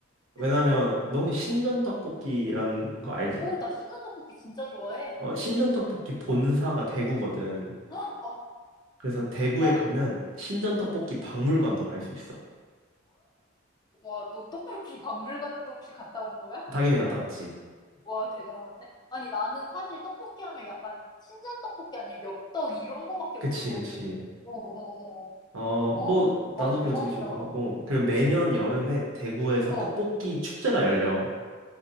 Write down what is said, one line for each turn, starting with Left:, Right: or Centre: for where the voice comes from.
Right: 왜냐하면
Left: 어,
Right: 너 혹시 신전 떡볶이라는 거 알지?
Left: 어, 나 신전 떡볶이 진짜 좋아해.
Right: 어, 신전 떡볶이 본사가 대구거든.
Left: 아,
Right: 그래서 대구에
Left: 와,
Right: 가면
Left: 대박.
Right: 신전 떡볶이
Left: 어.
Right: 박물관도 갈 수 있어.
Left: 와, 너 떡볶이 박물관도 혹시 갔다 온 거야?
Right: 당연히 갔다 왔지.
Left: 와, 대단한데? 아니, 나는 사실 떡볶이 하면 약간 신전 떡볶이 아니면 엽떡 이런 거밖에
Right: 그치,
Left: 모르거든.
Right: 그치.
Left: 어, 어, 어.
Right: 어,
Left: 어,
Right: 뭐, 나도
Left: 와, 응.
Right: 그
Left: 대박이다.
Right: 되게 좋아하고. 그리고 매년 여름에
Left: 응.
Right: 대구에서
Left: 어,
Right: 떡볶이 축제가 열려.